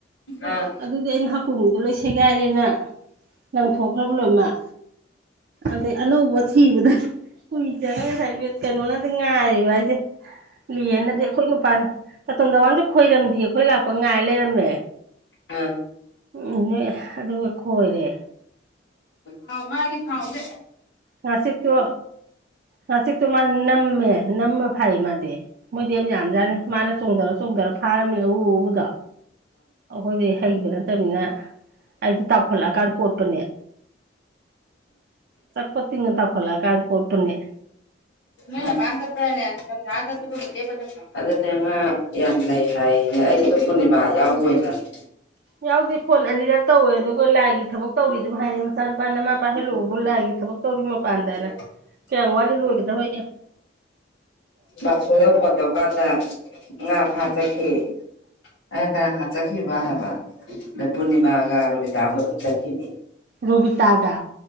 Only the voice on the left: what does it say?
ꯑꯥ
ꯑꯥ
ꯊꯥꯎ ꯃꯥꯒꯤ ꯊꯥꯎꯖꯦ
ꯅꯪꯅ ꯄꯥꯏꯔ ꯆꯠꯄ꯭ꯔꯅꯦ ꯁꯟ ꯁꯥꯔ ꯆꯠꯄꯗꯨꯕꯨ ꯂꯦꯞꯄ ꯆꯠꯄ꯭ꯔꯣ ꯑꯗꯨꯅꯦ ꯉꯥ ꯌꯥꯝ ꯂꯩ ꯍꯥꯏꯌꯦꯌꯦ ꯑꯩꯗꯣ ꯄꯨꯔꯅꯤꯃꯥ ꯌꯥꯎꯕꯣꯏ ꯅꯤꯡꯉꯦ
<unintelligible>
ꯕꯥꯁꯣꯗ ꯐꯣꯟ ꯇꯧꯔꯀꯥꯟꯗ ꯉꯥ ꯐꯥ ꯆꯠꯈꯤ ꯑꯩꯅ ꯀꯔ ꯀꯅ ꯆꯠꯈꯤꯕ ꯍꯥꯏꯕ ꯑꯗ ꯄꯨꯔꯅꯤꯃꯥꯒ ꯔꯣꯕꯤꯇꯥ ꯃꯣꯏ ꯑꯍꯨꯝ ꯆꯠꯈꯤꯅꯤ